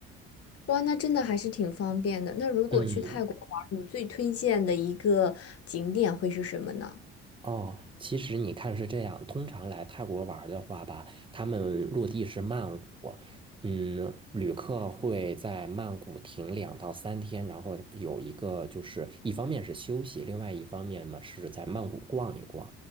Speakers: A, on the left (about 50°); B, on the right (about 15°).
A: 哇，那真的还是挺方便的。那如果去泰国玩儿，
B: 嗯
A: 你最推荐的一个景点会是什么呢？
B: 哦，其实你看是这样，通常来泰国玩儿的话吧，他们落地是曼谷，嗯，旅客会在曼谷停两到三天，然后有一个就是一方面是休息，另外一方面嘛是在曼谷逛一逛。